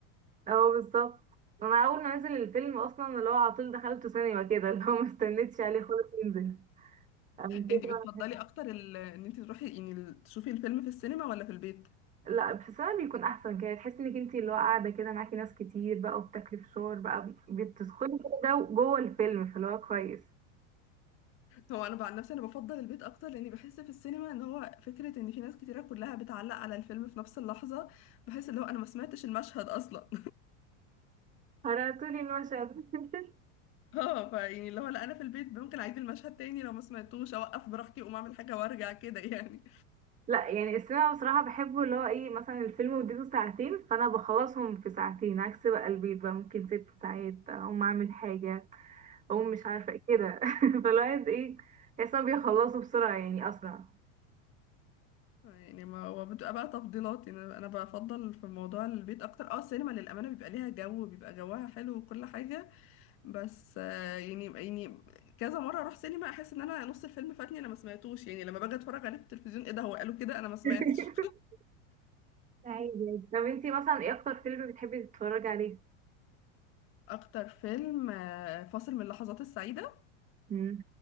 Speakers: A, on the right (about 20°); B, on the left (about 30°).
A: اه بالظبط انا اول ما نزل الفيلم اصلا اللي هو على طول دخلته سينما كده اللي هو ما استنيتش عليه خالص ينزل من كتر
B: انت بتفضلي اكتر ال... ان انت تروحي يعني ال- تشوفي الفيلم في السينما ولا في البيت
A: لا بحسها بيكون احسن كده تحسي انك انتي اللي هو قاعده كده معاكي ناس كتير بقى وبتاكلي فشار بقى بتدخلي كده جو- جوه الفيلم فاللي هو كويس
B: هو انا عن نفسي انا بفضل البيت اكتر لاني بحس في السينما ان هو فكره ان في ناس كتيره كلها بتعلق على الفيلم في نفس اللحظه بحس اللي هو انا ما سمعتش المشهد اصلا
A: هرعتولي المشهد <laughs>
B: <laughs> اه فيعني اللي هو لا انا في البيت ممكن اعيد المشهد تاني لو ما سمعتوش اوقف براحتي اقوم اعمل حاجه وارجع كده يعني
A: لا يعني السينما بصراحه بحبه اللي هو ايه مثلا الفيلم مدته ساعتين فانا بخلصهم في ساعتين عكس بقى البيت بقى ممكن ست ساعات اقوم اعمل حاجه اقوم مش عارفه إيه كده <laughs> فالواحد ايه تحسها بيخلصوا بسرعه يعني اسرع
B: يعني ما هو بتبقى بقى تفضيلات يعني انا أنا بفضل في موضوع البيت اكتر اه السينما للامانه بيبقى ليها جو بيبقى جواها حلو وكل حاجه بس آه، يعني يعني كذا مره اروح سينما احس ان انا نص الفيلم فاتني انا ما سمعتوش يعني لما باجي اتفرج عليه في التلفزيون ايه ده هو قالوا كده انا ما سمعتش
A: <laughs> عادي عادي. طب انتي مثلا ايه اكتر فيلم بتحبي تتفرجي عليه؟
B: <laughs> اكتر فيلم آه، فاصل من اللحظات السعيده
A: مم.